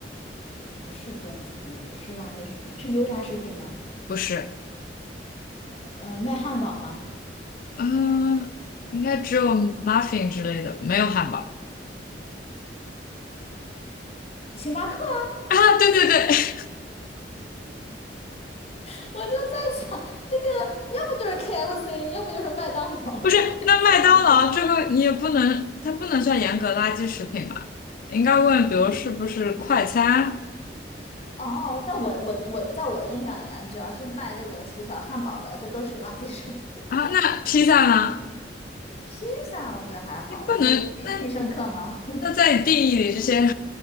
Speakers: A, on the left; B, on the left.
A: 不是中餐，也不是垃圾食品，是油炸食品吗？
B: 不是，
A: 呃，卖汉堡吗？
B: 嗯、应该只有 muffin 之类的，没有汉堡
A: 星巴克啊
B: 啊，对对对，
A: <laughs> 我就在想，这个要不就是 KFC，要不就是麦当劳，
B: <laughs>
A: <laughs>
B: 不是，
A: 要不就是星巴克。
B: 那麦当劳这个你也不能，它不能算严格垃圾食品嘛，应该问，比如是不是快餐
A: 哦，但我我我在我的印象里啊，只要是卖这个薯条、汉堡的，这都是垃圾食品。<laughs>
B: 啊？那披萨呢？
A: 披萨我觉得还好，
B: 你不能，
A: 你说是必必胜客吗？
B: 那你那在你定义里，这些